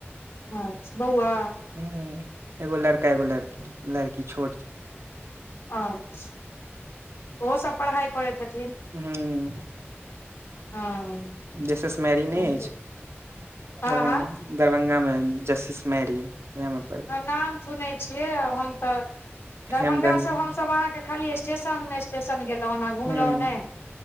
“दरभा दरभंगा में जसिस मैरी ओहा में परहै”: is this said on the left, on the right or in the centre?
Right